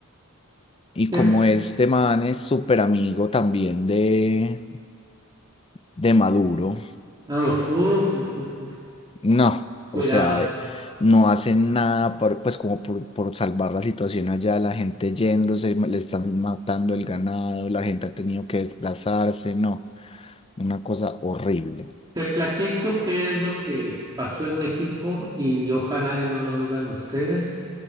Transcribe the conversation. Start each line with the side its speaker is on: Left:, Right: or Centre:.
Left: Y
Right: Te-
Left: como este man es súper amigo también de, de Maduro,
Right: uf, uf, uf, uf, uf.
Left: No,
Right: Cuidado.
Left: o sea, eh, no hacen nada por, pues como por, por salvar la situación allá, la gente yéndose, ma- le están matando el ganado, la gente ha tenido que desplazarse, no, una cosa horrible.
Right: Te platico qué es lo que pasó en México y ojalá y no lo vivan ustedes.